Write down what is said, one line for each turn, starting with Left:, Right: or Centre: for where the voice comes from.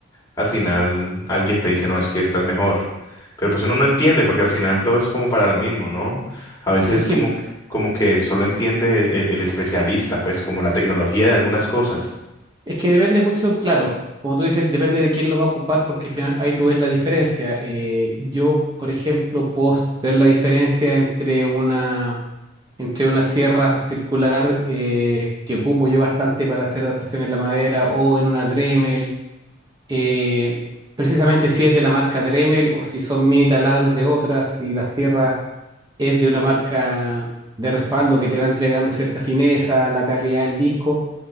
Left: al final, alguien te dice, no, es que esta es mejor. Pero pues uno no entiende, porque al final todo es como para lo mismo, ¿no? A veces
Right: Es
Left: es
Right: que,
Left: como, como que solo entiende el, el- el especialista, pues como la tecnología de algunas cosas.
Right: es que depende mucho, claro, como tú dices, depende de quién lo va a ocupar porque al final ahí tú ves la diferencia. Eh, yo, por ejemplo, puedo ver la diferencia entre una entre una sierra circular eh, que ocupo yo bastante para hacer adaptaciones en la madera o en una Dremel. eh, precisamente si es de la marca Dremel o si son mini taladros de otra, si la sierra es de una marca de respaldo que te va entregando cierta fineza, la calidad del disco.